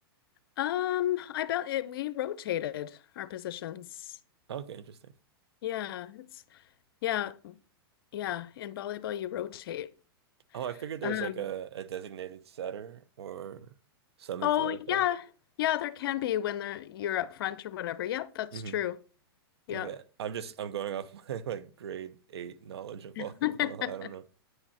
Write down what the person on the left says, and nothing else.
Um, I bet it, we rotated our positions.
Yeah, it's yeah, yeah. In volleyball, you rotate.
Um,
oh
yeah,
yeah. There can be when the you're up front or whatever. Yep, that's
true. Yep.
<laughs>